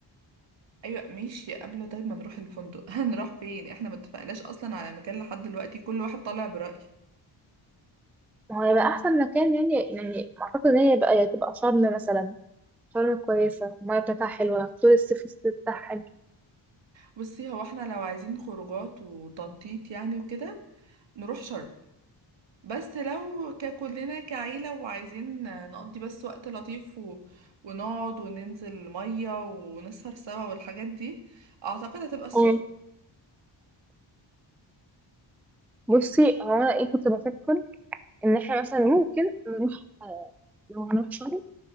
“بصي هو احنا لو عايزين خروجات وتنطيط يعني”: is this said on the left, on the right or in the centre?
Right